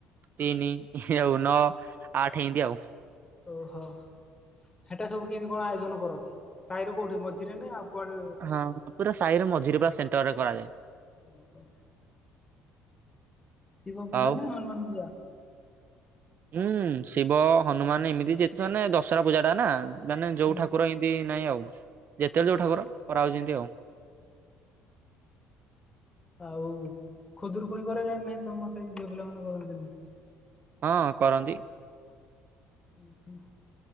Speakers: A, on the right; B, on the left.
A: ତିନି ଆଉ ନଅ ଆଠ
B: <inaudible>
A: ଏମିତି ଆଉ।
B: ଓହୋ ହେଟା ସବୁ କେମିତି? କଣ ଆୟୋଜନ କର ସାହିରେ କୋଉଠି ମଝିରେ ନା ଆଉ କୁଆଡେ?
A: ହଁ ପୁରା ସାହିରେ ମଝିରେ ବା ସେଣ୍ଟର ରେ କରାଯାଏ।
B: ଓ ହୋ। ଶିବ ପୂଜା
A: ଆଉ
B: ନା ହନୁମାନ ପୂଜା?
A: ହୁଁ ଶିବ ହନୁମାନ ଏମିତି ଯେହେତୁ ମାନେ ଦଶହରା ପୂଜା ଟା ନା ମାନେ ଯୋଉ
B: ହୁଁ।
A: ଠାକୁର ଏମତି ନାଇଁ ଆଉ ଯେତେବେଳେ
B: ଓହୋ
A: ଯୋଉ ଠାକୁର କରା ହଉଛନ୍ତି ଆଉ।
B: ଆଉ ଖୁଦୁରକୁୁଣି କରାଯାଏ ନା ନାହିଁ ତମ ସାହି ଝିଅ ପିଲାମାନେ କରନ୍ତିନି?
A: ହଁ କରନ୍ତି।
B: ହୁଁ ହୁଁ।